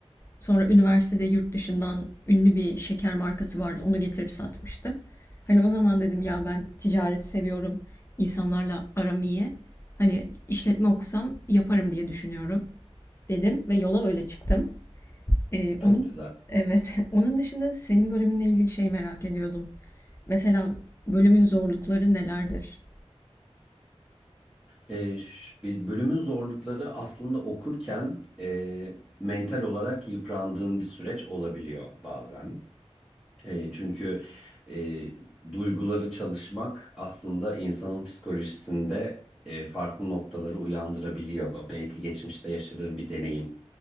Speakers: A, on the left; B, in the centre.
A: Sonra üniversitede yurt dışından ünlü bir şeker markası vardı. Onu getirip satmıştım. Hani o zaman dedim ya ben ticareti seviyorum. insanlarla aram iyi. Hani işletme okusam yaparım diye düşünüyorum dedim ve yola öyle çıktım. Ee, onun
B: Çok güzel.
A: evet. <laughs> Onun dışında senin bölümünle ilgili şey merak ediyordum. Mesela bölümün zorlukları nelerdir?
B: Ee, ş- bir bölümün zorlukları aslında okurken e, mental olarak yıprandığın bir süreç olabiliyor bazen. E, çünkü e, duyguları çalışmak aslında insanın psikolojisinde e, farklı noktaları uyandırabiliyor. Belki geçmişte yaşadığın bir deneyim,